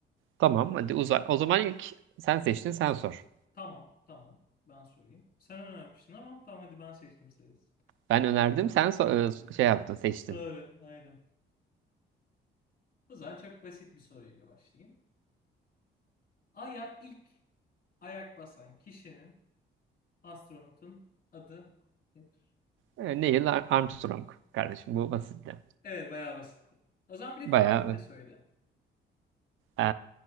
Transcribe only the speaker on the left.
Tamam, tamam. Ben sorayım. Sen önermiştin ama tamam hadi ben seçtim sayısı.
Doğru, aynen. O zaman çok basit bir soruyla başlayayım. Ay'a ilk ayak basan kişinin, astronotun adı nedir?
Evet, bayağı basitti. O zaman bir
de tarihini de söyle.